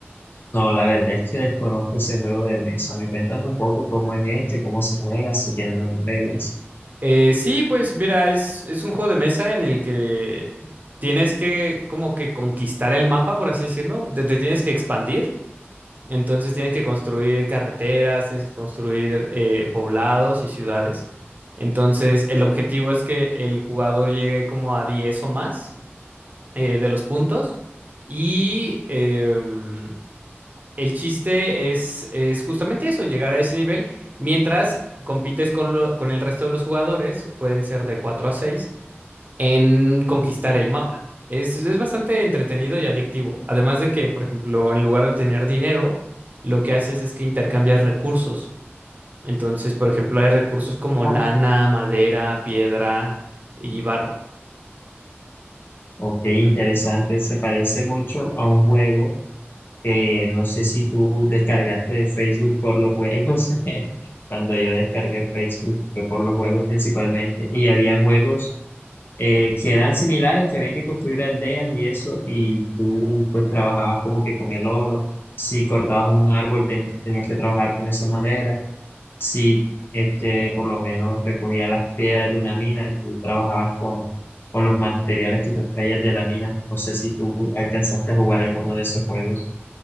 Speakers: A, on the left; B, on the right.
A: No, la verdad es que desconozco ese juego de mesa. ¿Me cuentas un poco cómo es este, cómo se juega, si tiene algunas reglas?
B: Eh, sí, pues mira, es, es un juego de mesa en el que tienes que como que conquistar el mapa, por así decirlo. te te tienes que expandir. Entonces tienes que construir carreteras, tienes que construir eh, poblados y ciudades. Entonces el objetivo es que el jugador llegue como a 10 o más eh, de los puntos y em, el chiste es, es justamente eso, llegar a ese nivel mientras compites con, lo- con el resto de los jugadores, pueden ser de 4 a 6 en conquistar el mapa. Es, es bastante entretenido y adictivo. Además de que, por ejemplo, en lugar de tener dinero, lo que haces es que intercambias recursos. Entonces, por ejemplo, hay recursos como
A: Oh,
B: lana, madera, piedra y barro.
A: ok, interesante. Se parece mucho a un juego que no sé si tú descargaste de Facebook por los juegos. <laughs> Cuando yo descargué Facebook fue por los juegos principalmente. Y había juegos eh, que eran similares, que había que construir aldeas y eso. Y tú pues trabajabas como que con el oro. Si cortabas un árbol ten- tenías que trabajar con esa madera. Si este, por lo menos recogías las piedras de una mina, tú trabajabas con, con los materiales que te extraías de la mina. No sé si tú alcanzaste a jugar alguno de esos juegos.